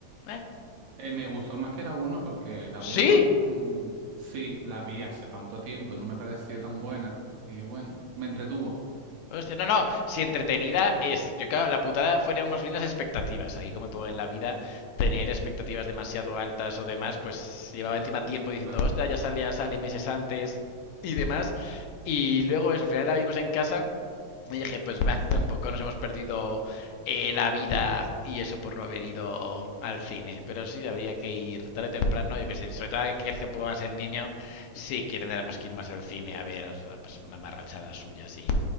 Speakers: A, on the left (about 80°); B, on the right (about 70°).
A: ¿Eh?
B: eh, me gustó más que la uno porque la
A: ¡Sí!
B: uno mm, sí, la vi hace tanto tiempo y no me pareció tan buena. Y bueno, me entretuvo,
A: Hostia, no, no, si entretenida es. Yo creo que la putada fueron más bien las expectativas. Aquí, como todo en la vida, tener expectativas demasiado altas o demás, pues llevaba encima tiempo diciendo,
B: claro.
A: hostia, ya sale, ya sale meses antes y demás. Y luego eso, al final la vimos en casa Y dije, pues va,
B: Sí,
A: tampoco nos hemos perdido eh, la vida y eso por no haber ido al cine. Pero sí, había que ir tarde o temprano, yo que sé. Sobre todo ahora que crezca un poco más el niño, sí que tendremos que ir más al cine a ver pues, mamarrachadas suyas y,